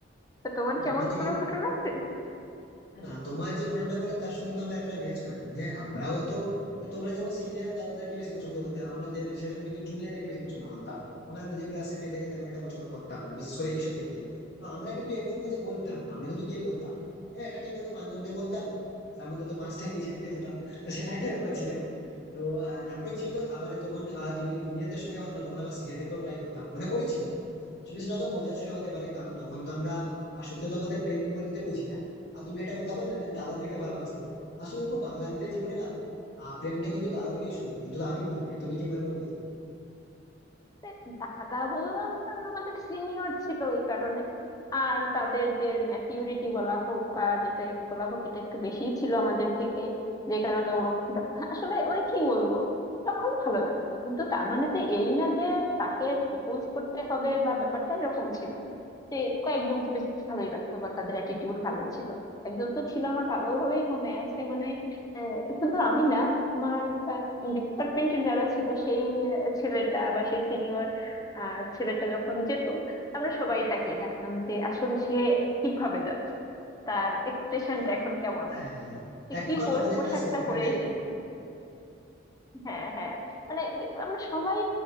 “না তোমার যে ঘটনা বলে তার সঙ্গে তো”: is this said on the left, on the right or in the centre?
Left